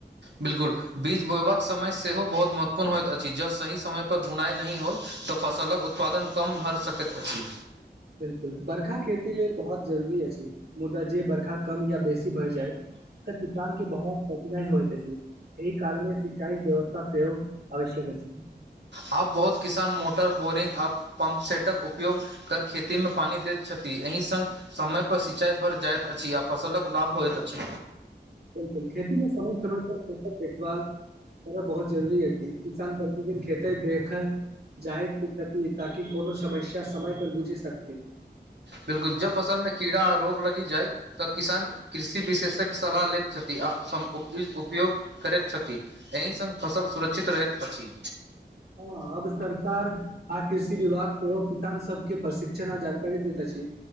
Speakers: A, on the right; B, on the right.
A: बिल्कुल बीज बोयबाक समय सेहो बहुत महत्वपूर्ण होइत अछि ज सही समय पर बुनाई नहि होय तऽ फसलक उत्पादन कम भऽ सकैत अछि
B: बिलकुल बर्खा खेती लेल बहुत जरूरी अछि मुदा जे बर्खा कम या बेसी भय जाय तऽ किसान के बहुत कठिनाई होइत अछि एहि कारण सिचाइ व्यवस्था सेहो आवश्यक अछि
A: आब बहुत किसान मोटर बोरिंग आ पम्प सेटक उपयोग कर खेती मे पानी दैत छथि एहि संग समयपर सिंचाइ भर जाइत अछि आ फसलक लाभ होइत अछि।
B: बिल्कुल खेती मे समय समय पर खेतक देखभाल करना बहुत जरूरी अछि किसान प्रतिदिन खेतै देखल जायत छति ताकि कोनो समस्या समय पर बुझि सकति
A: बिलकुल जब फसल मे कीड़ा आ रोग लगी जाइ तऽ किसान कृषि विशेषज्ञ सलाह लैत छथि आ उपयोग करैत छथि। एहि सङ्ग फसल सुरक्षित रहैत अछि।
B: हँ अब सरकार आ कृषि विभाग के सेहो किसान सबके प्रशिक्षणा आ जागरूकता कर दैत अछि